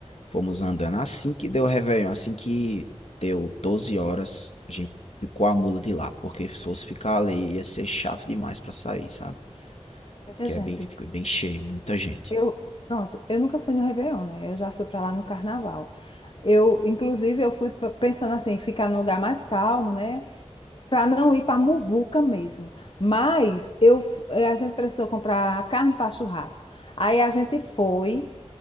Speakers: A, on the left; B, on the left.
A: fomos andando. Assim que deu o Réveillon, assim que deu 12 horas, a gente picou a mula de lá. Porque se fosse ficar ali, ia ser chato demais pra sair, sabe?
B: Muita
A: Que
B: gente.
A: é bem, fica bem cheio, muita gente.
B: Eu, pronto, eu nunca fui no Réveillon, né? Eu já fui para lá no Carnaval. Eu, inclusive, eu fui p- pensando assim, ficar num lugar mais calmo, né? Para não ir para muvuca mesmo. Mas eu, f- eh, a gente precisou comprar carne para churrasco. Aí a gente foi,